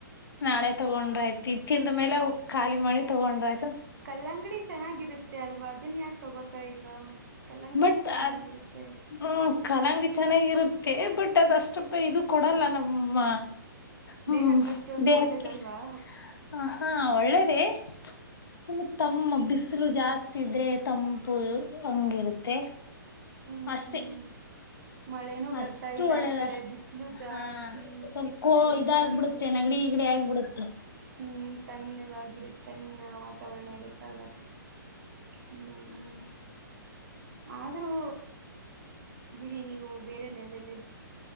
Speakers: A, on the left; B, on the right.
A: ನಾಳೆ ತಗೊಂಡ್ರ
B: ಓ
A: ಐತಿ ತಿಂದ ಮೇಲೆ ಅವು ಖಾಲಿ ಮಾಡಿ ತಗೊಂಡ್ರ ಆಯಿತು
B: ಕಲ್ಲಂಗಡಿ ಚೆನ್ನಾಗಿರುತ್ತೆ ಅಲ್ವಾ ಅದನ್ ಯಾಕೆ ತಗೋತಾ ಇಲ್ಲ ಕಲ್ಲಂಗಡಿನೂ
A: ಬಟ್
B: ಚೆನ್ನಾಗಿರುತ್ತೆ
A: ಅದ್ ಹ್ಮ್ ಕಲಂಗಡಿ ಚೆನ್ನಾಗಿರುತ್ತೆ ಬಟ್ ಅದು ಅಷ್ಟಪ್ಪ ಇದು ಕೊಡಲ್ಲ ನಮ್ಮ ಹ್ಮ್
B: ದೇಹಕ್ಕಷ್ಟೊಂದು
A: ದೇಹಕ್ಕೆ
B: ಒಳ್ಳೇದಲ್ವಾ
A: ಹ ಹಾ ಒಳ್ಳೇದೆ ಸುಮ್ಮತ್ ತಮ್ಮ ಬಿಸಿಲು ಜಾಸ್ತಿ ಇದ್ರೆ ತಂಪು ಹಂಗಿರುತ್ತೆ
B: ಹ್ಮ್
A: ಅಷ್ಟೆ
B: ಹ್ಮ್ ಮಳೆನೂ ಬರ್ತಾ
A: ಅಷ್ಟು
B: ಇಲ್ಲ
A: ಒಳ್ಳೇದಾರ
B: ಆ ಕಡೆ ಬಿಸಿಲು ಜಾಸ್ತಿ
A: ಹಾ ಸ್ವಲ್ಪ ಕೋ
B: ಏನ್
A: ಇದಾಗಬಿಡುತ್ತೆ
B: ಮಾಡಕ್ಕಾಗತ್ತೆ
A: ನಗಡಿ ಈಗಡೆ ಆಗಿಬಿಡುತ್ತೆ
B: ಹ್ಮ್ ತಣ್ಣಗಾಗಿರುತ್ತೆ ತಣ್ಣ ವಾತಾವರಣ ಇರುತ್ತೆಲ್ಲ ಹ್ಮ್ ಆದ್ರೂ ಬಿಡಿ ನೀವು ಬೇರೆ ಲೆವೆಲ್